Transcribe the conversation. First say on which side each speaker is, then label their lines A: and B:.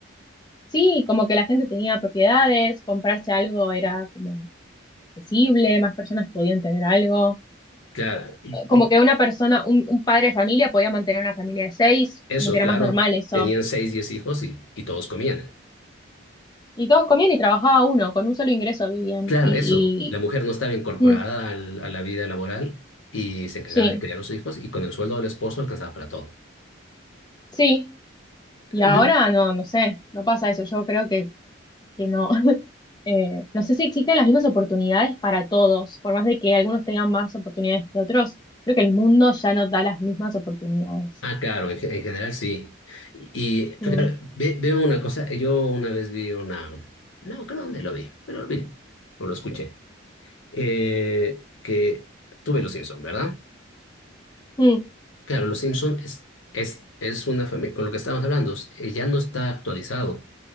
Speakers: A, on the left; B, on the left.
A: Sí, como que la gente tenía propiedades, comprarse algo era como accesible, más personas podían tener algo.
B: Claro, y-
A: Como
B: y
A: que una persona, un, un padre de familia podía mantener una familia de seis,
B: eso,
A: como que era
B: claro,
A: más normal eso.
B: tenían seis, diez hijos y, y todos comían.
A: Y todos comían y trabajaba uno, con un solo ingreso vivían.
B: Claro,
A: Y,
B: eso, la mujer no estaba incorporada
A: y mm,
B: al- a la vida laboral y se encargaba
A: sí,
B: de criar a sus hijos y con el sueldo del esposo alcanzaba para todo.
A: sí. Y
B: Ujú.
A: ahora no, no sé, no pasa eso. Yo creo que, que no. <laughs> Eh, no sé si existen las mismas oportunidades para todos, por más de que algunos tengan más oportunidades que otros. Creo que el mundo ya no da las mismas oportunidades.
B: Ah, claro, en, ge- en general sí. Y claro,
A: Mm,
B: ve- veo una cosa, yo una vez vi una, no, creo dónde lo vi, pero lo vi, o lo escuché, eh, que tuve los Simpson, ¿verdad?
A: mm,
B: Claro, Los Simpson es, es, es una familia, con lo que estábamos hablando, s- eh, ya no está actualizado,